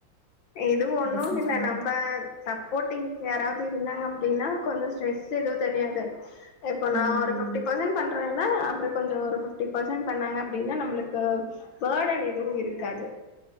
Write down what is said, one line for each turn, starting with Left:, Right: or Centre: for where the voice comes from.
Left: இதுவு ஒன்னு
Right: பிசினஸ்
Left: இல்ல
Right: மூணு
Left: நம்ப சப்போர்ட்டிங் யாராவது இருந்தாங்க அப்டின்னா கொஞ்சம் ஸ்ட்ரெஸ் எதுவு தெரியாது இப்ப நா
Right: ம்
Left: ஒரு பிஃப்டி பர்சன் பண் அப்பறன்னா அவரு கொஞ்ச ஒரு பிஃப்டி பர்சன் பண்ணாங்க அப்டின்னா நம்ளுக்கு பேர்டன் எதுவும் இருக்காது